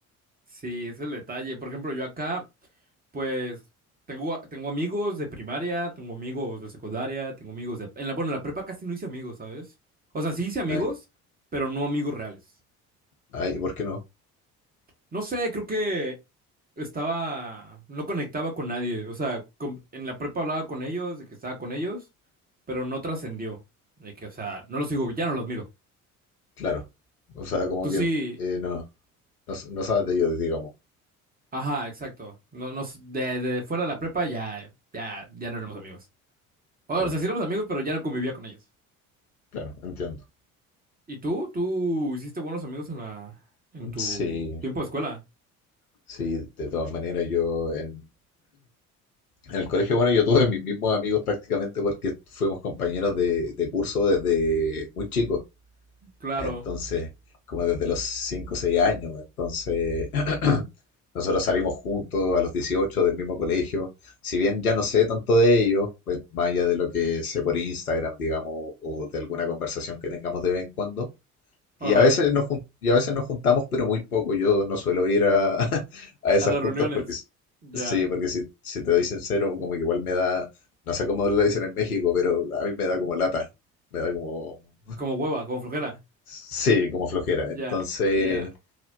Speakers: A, on the right; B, on the left.
A: Sí, ese es el detalle. Por ejemplo, yo acá, pues, tengo, a- tengo amigos de primaria, tengo amigos de secundaria, tengo amigos de... En la, bueno, en la prepa casi no hice amigos, ¿sabes? O sea, sí hice amigos,
B: Ay,
A: pero no amigos reales.
B: ay, ¿por qué no?
A: No sé, creo que estaba, no conectaba con nadie. O sea, con- en la prepa hablaba con ellos, de que estaba con ellos, pero no trascendió. De que, o sea, no los sigo, ya no los miro.
B: Claro. O sea, como
A: Tú
B: que
A: sí,
B: eh, no, no, no sabes de ellos, digamos.
A: ajá, exacto. No, no, s- de, de fuera de la prepa ya, ya, ya no éramos amigos. O
B: Ya,
A: sea, sí éramos amigos, pero ya no convivía con ellos.
B: claro, entiendo.
A: ¿Y tú? ¿Tú hiciste buenos amigos en la, en tu
B: Sí,
A: tiempo de escuela?
B: sí, de todas maneras yo en, en el colegio, bueno, yo tuve mis mismos amigos prácticamente porque fuimos compañeros de, de curso desde muy chicos,
A: Claro,
B: entonces, como desde los 5 o 6 años, entonces <clears throat> nosotros salimos juntos a los 18 del mismo colegio, si bien ya no sé tanto de ellos, pues, más allá de lo que sé por Instagram, digamos, o de alguna conversación que tengamos de vez en cuando. Y
A: ajá,
B: a veces nos, jun- y a veces nos juntamos, pero muy poco. Yo no suelo ir a, <laughs> a esas
A: a las
B: juntas
A: reuniones.
B: porque, s-
A: Ya,
B: sí, porque si, si te doy sincero, como que igual me da, no sé cómo lo dicen en México, pero a mí me da como lata, me da como,
A: como hueva, como flojera.
B: sí, como flojera.
A: Ya,
B: Entonces,
A: ya.